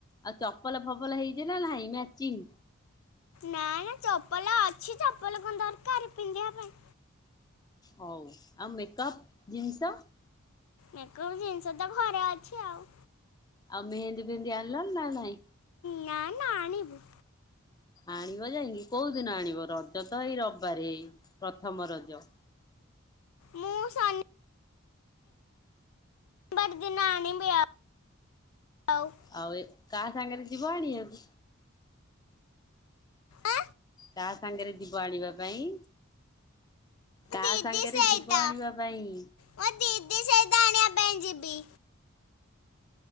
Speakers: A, on the left; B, on the left.
A: ଆଉ ଚପଲ ଫପଲ ହେଇଛି ନା ନାଇଁ ମ୍ୟାଚିଂ?
B: ନାଇ ନା ଚପଲ ଅଛି ଚପଲ କଣ ଦରକାର ପିନ୍ଧିବା ପାଇଁ।
A: ହଉ ଆଉ ମେକଅପ ଜିନିଷ?
B: ମେକପ ଜିନିଷ ତ ଘରେ ଅଛି ଆଉ।
A: ଆଉ ମେହେନ୍ଦୀ ଫେମେନ୍ଦି ଆଣିଲନି ନା ନାଇଁ?
B: ନା ନା ଆଣିବୁ।
A: ଆଣିବ ଯାଇକି କୋଉ ଦିନ ଆଣିବ ରଜ ତ ଏଇ ରବିବାର ହେଇ ପ୍ରଥମ ରଜ।
B: ମୁଁ ସନି ବାର ଦିନ ଆଣିବି ଆଉ।
A: ଆଉ ଏ କାହା ସାଙ୍ଗରେ ଯିବା ଆଣିଆକୁ?
B: ଆ।
A: କାହା ସାଙ୍ଗରେ ଯିବ ଆଣିବା ପାଇଁ? କା
B: ଦିଦି
A: ସାଙ୍ଗରେ
B: ସହିତ
A: ଯିବ ଆଣିବା ପାଇଁ?
B: ମୋ ଦିଦି ସହିତ ଆଣିବାପାଇଁ ଜିବି।